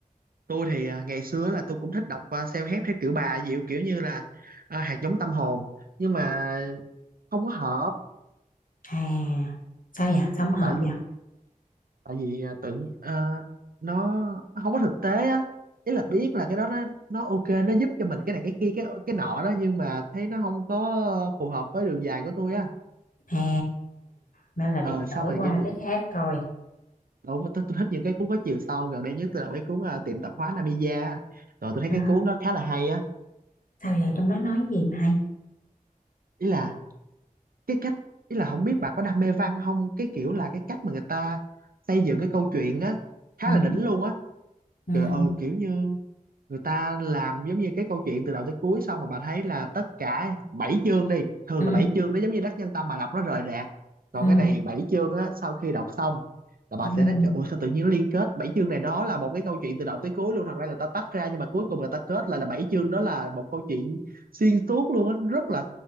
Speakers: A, on the right; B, on the left.
A: tôi thì à, ngày xưa là tôi cũng thích đọc à, self-help theo kiểu bà dịu kiểu như là à, hạt giống tâm hồn nhưng mà không có hợp
B: à sao vậy sống hợp
A: tại vì
B: vậy
A: tại vì à, tự à, nó nó không có thực tế á ý là biết là cái đó nó nó ok nó giúp cho mình cái này cái kia cái cái nọ đó nhưng mà thấy nó không có phù hợp với đường dài của tôi á
B: à nên là
A: ờ
B: định
A: xong
B: đổi
A: rồi
B: qua
A: kiểu như-
B: cái khác coi
A: đúng mà tôi, tôi thích những cái cuốn có chiều sâu gần đây nhất tôi đọc cái cuốn à, tiệm tạp hóa Namiya rồi tôi thấy
B: À,
A: cái cuốn đó khá là hay á
B: sao vậy trong đó nói gì mà hay
A: ý là cái cách ý là không biết bà có đam mê văn không cái kiểu là cái cách mà người ta xây dựng cái câu chuyện á khá
B: ừ
A: là đỉnh luôn á
B: ừ
A: trời ơi kiểu như người ta làm giống như cái câu chuyện từ đầu tới cuối xong mà bà thấy là tất cả bảy chương đi thường
B: ừ
A: là bảy chương nó giống như Đắc Nhân Tâm bà đọc nó rời rạc còn
B: ừ
A: cái này bảy chương á sau khi đọc xong là bà
B: ừ
A: sẽ thấy trời ơi sao tự nhiên nó liên kết bảy chương này nó là một cái câu chuyện từ đầu tới cuối luôn thật ra người ta tách ra nhưng mà cuối cùng người ta kết lại là bảy chương đó là một câu chuyện xuyên suốt luôn á rất là